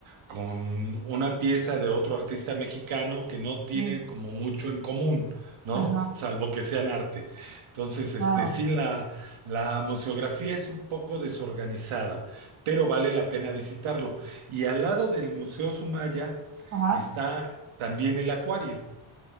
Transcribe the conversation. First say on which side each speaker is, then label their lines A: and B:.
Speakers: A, on the right (about 70°); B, on the right (about 30°).
A: con una pieza de otro artista mexicano que no tienen
B: Sí.
A: como mucho en común, ¿no?
B: Ajá.
A: Salvo que sean arte. Entonces, este,
B: Claro.
A: sí, la, la museografía es un poco desorganizada, pero vale la pena visitarlo. Y al lado del Museo Sumaya
B: Ajá.
A: está también el acuario